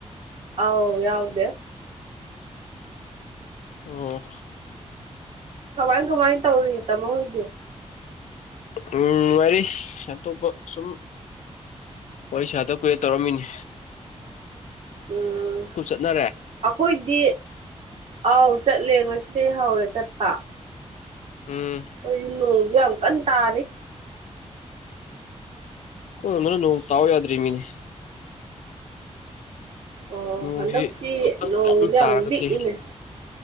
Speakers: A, on the right (about 55°); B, on the left (about 80°).
A: ꯑꯥꯎ ꯌꯥꯎꯗꯦ
B: ꯑꯣ
A: ꯀꯃꯥꯏ ꯀꯃꯥꯏꯅ ꯇꯧꯔꯤ ꯇꯥꯃꯣ ꯍꯣꯏꯗꯤ
B: ꯎꯝ <unintelligible> ꯑꯇꯣꯞꯄ ꯁꯨꯝ ꯋꯥꯔꯤ ꯁꯥꯗ ꯀꯨꯏꯔꯦ ꯇꯧꯔꯛꯑꯝꯃꯤꯅꯤ
A: ꯎꯝ
B: ꯆꯠꯅꯔꯦ
A: ꯑꯩꯈꯣꯏꯗꯤ ꯑꯥꯎ ꯆꯠꯂꯦ ꯉꯁꯤꯗꯗꯩ ꯍꯧꯔꯦ ꯆꯠꯄ
B: ꯎꯝ
A: ꯑꯩꯈꯣꯏꯗꯤ ꯅꯣꯡꯁꯨ ꯌꯥꯝ ꯀꯟꯅ ꯇꯥꯔꯤ
B: ꯈꯣꯏ ꯔꯣꯝꯗꯅ ꯅꯣꯡ ꯇꯥꯎꯋ ꯌꯥꯗ꯭ꯔꯤ ꯃꯤꯅꯤ
A: ꯑꯣ
B: ꯅꯣꯡꯁꯤ
A: ꯍꯟꯗꯛꯇꯤ
B: ꯑꯃꯨꯛꯇꯪ
A: ꯅꯣꯡꯁꯦ
B: ꯀꯟꯅ
A: ꯌꯥꯝ
B: ꯇꯥꯔꯒꯗꯤ
A: ꯂꯤꯛꯏꯅꯦ